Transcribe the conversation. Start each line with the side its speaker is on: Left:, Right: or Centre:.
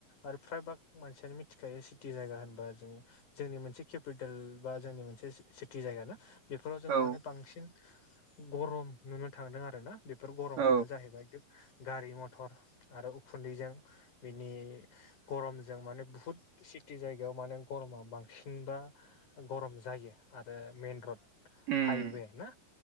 Left: आरो फ्रायभाग मानसियानो मिथिखायो सि टि जायगा होनबा जों जोंनि मोनसे केपिटेल बा जोंनि मोनसे सिटि जायगा ना बेफोराव जों
Right: औ
Left: माने बांसिन गरम नुनो थांदों आरोना बेफोर गरमानो
Right: औ
Left: जाहैबाय गारि मथर आरो उखुन्दैजों बिनि गरमजों माने बुहुत सि टि जायगायाव माने गरमा बांसिनबा गरम जायो आरो मेन रड
Right: उम
Left: हाइवे ना